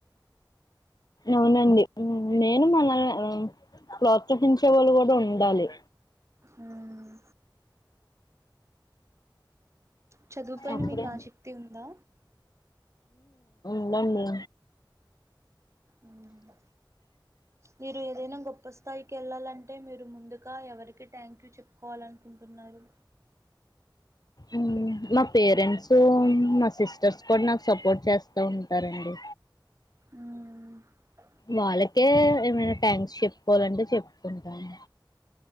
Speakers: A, on the left; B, on the right.
A: అవునండి నేను మనల్ని ప్రోత్సహించే వాళ్ళు కూడా ఉండాలి
B: ఉమ్ చదువు పాయినా
A: అప్పుడే
B: మీకు ఆసక్తి ఉందా
A: ఉండదండి
B: ఉమ్ మీరు ఏదైనా గొప్ప స్థాయి కెళ్ళాలంటే మీరు ముందుగా ఎవరికి థ్యాంక్ యూ చెప్పుకోవాలనుకుంటున్నారు
A: ఉమ్ మా పేరెంట్స్ మా సిస్టర్స్ కూడా నాకు సపోర్ట్ చేస్తా ఉంటారండి
B: అమ్
A: వాళ్ళకే ఏమైనా థ్యాంక్స్ చెప్పుకోవాలంటే చెప్పుకుంటాను.